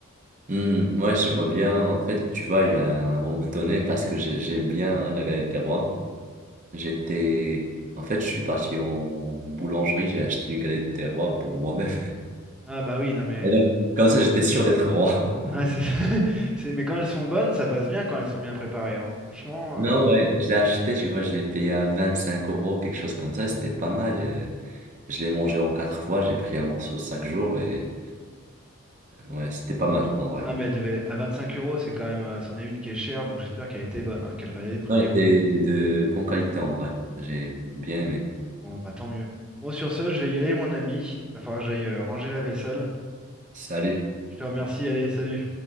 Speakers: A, on the right; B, in the centre.
A: Hmm, Ouais, je vois bien. En fait, tu vois, il y a un moment <laughs> donné, parce que j'ai- j'aime bien la galette des rois. J'étais. En fait, je suis parti en boulangerie, j'ai acheté une galette des rois pour moi-même.
B: Ah bah oui, non mais...
A: Et donc, comme ça, j'étais sûr d'être roi. <laughs>
B: ouais, c'est- <laughs> c'est- Mais quand elles sont bonnes, ça passe bien quand elles sont bien préparées. hein. Franchement,
A: Non,
B: euh,
A: ouais, je l'ai acheté, je vois, je l'ai payé à 25 euros, quelque chose comme ça, et c'était pas mal. euh, Je l'ai mangé en quatre fois, j'ai pris un morceau chaque jour, et ouais, c'était pas mal, en vrai.
B: non mais elle devait... à 25 euros, c'est quand même... euh, C'en est une qui est chère, donc j'espère qu'elle était bonne, hein, qu'elle valait le prix.
A: Ouais, c'était
B: hein.
A: de bonne qualité, en vrai. J'ai bien aimé.
B: Bon, bah tant mieux. Bon, sur ce, je vais y aller, mon ami. Va falloir que j'aille euh, ranger la vaisselle.
A: Salut.
B: Je te remercie, allez, salut.